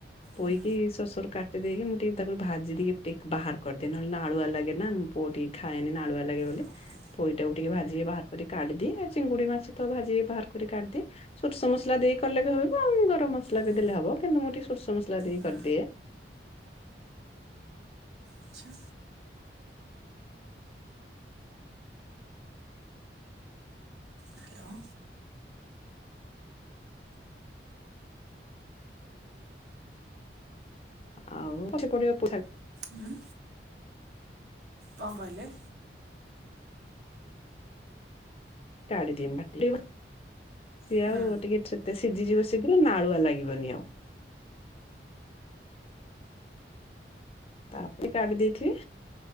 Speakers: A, on the left; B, on the right.
A: ପୋଇକି
B: ହୁଁ
A: ଶସରୁ କା କାଟିଦେଇକି ମୁଁ ଟିକିଏଳତାକୁ ଭାଜି ଦେଇି ଟିକିଏ ବାହାର କରିଦେହେଲେ ଆଳଆ ଲାଗେ ନା ପୁଅ ଟିକିଏ ଖାଏନି ଆଳୁଆ ଲାଗେ।
B: ହଁ ହଁ
A: ପୋଇଟାକୁ ଟିକିଏ ଭାଜି ବାହାର କରି କାଢିଦି ଚିଙ୍ଗୁଡି ମାଛ ତ ଭାଜିକି ବାହାର କରି କାଢିଦିଏ। ସୋରିସ ମସଲା ଦେଇ କଲେ ବି ହଵ। ଗରମ ମସଲା
B: ହୁଁ
A: ବି ଦେଲେ ହବ କିନ୍ତୁ ମୁଁ ଟିକିଏସୋରିସମସଲା ଦେଇ
B: ହୁଁ
A: କରିଦିଏ।
B: ଆଚ୍ଛା ହ୍ୟାଲୋ।
A: ଆଉ <unintelligible>
B: ହୁଁ। କଣ୍ କହିଲେ?
A: କାଢିଦିଏ ମୁଁ <unintelligible> ସେ
B: ହୁଁ
A: ଆଉ ଟିକେ ଚୁ ତ ସିଝିଯିବ ଶୀଘ୍ର ନାଳୁଆ ଲାଗିବନି ଆଉ। ତାପରେ କାଢ଼ିଦେଇଥିବେ।